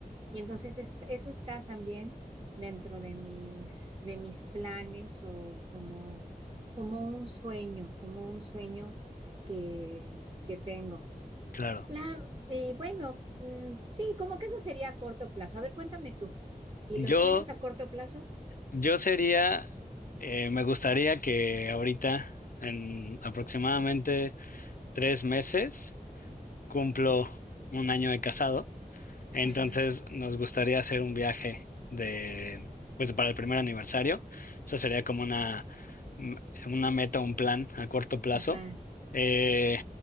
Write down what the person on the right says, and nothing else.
Y entonces est- eso está también dentro de mis, de mis planes o como, como un sueño, como un sueño que, que tengo.
La, eh, bueno, mm, sí, como que eso sería a corto plazo. A ver, cuéntame tú. ¿Y
los tuyos a corto plazo?
Ajá.
Ajá.